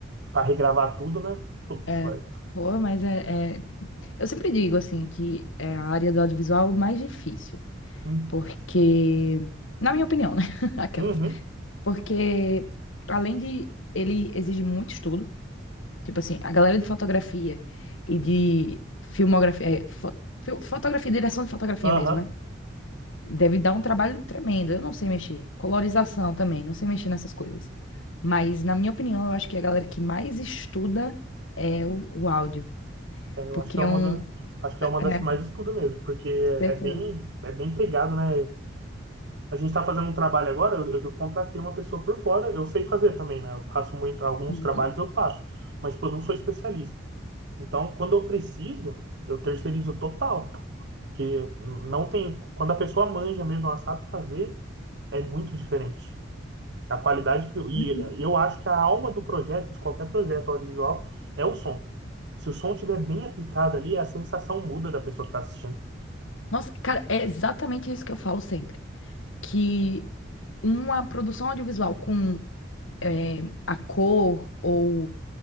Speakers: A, on the right; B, on the left.
A: para regravar tudo, né? Putz,
B: É,
A: vai.
B: pô, mas é, é- Eu sempre digo, assim, que é a área do audiovisual mais difícil,
A: Hum,
B: porque... Na minha opinião, né? <laughs> Aquelas.
A: Uhum.
B: Porque, além de... Ele exige muito estudo, Tipo assim, a galera de fotografia e de filmografia, é, fo- fil- fotografia, direção de fotografia
A: Aham.
B: mesmo, né? Deve dar um trabalho tremendo. Eu não sei mexer. Colorização também, não sei mexer nessas coisas. Mas, na minha opinião, eu acho que a galera que mais estuda é o, o áudio.
A: É, eu
B: Porque
A: acho que é
B: é
A: uma
B: um.
A: da... acho que
B: É,
A: é uma das que mais estuda mesmo, porque é
B: certeza.
A: bem, é bem pegado, né? A gente está fazendo um trabalho agora, eu, eu contratei uma pessoa por fora, eu sei fazer também, né? Eu faço muito, alguns
B: Uhum,
A: trabalhos eu faço, mas tipo, eu não sou especialista. Então, quando eu preciso, eu terceirizo total. que não tem, quando a pessoa manja mesmo, ela sabe fazer, é muito diferente. A qualidade, que- e
B: uhum.
A: eu acho que a alma do projeto, de qualquer projeto audiovisual, é o som. Se o som estiver bem aplicado ali, a sensação muda da pessoa que está assistindo.
B: Nossa, cara, é exatamente isso que eu falo sempre. Que uma produção audiovisual com é, a cor ou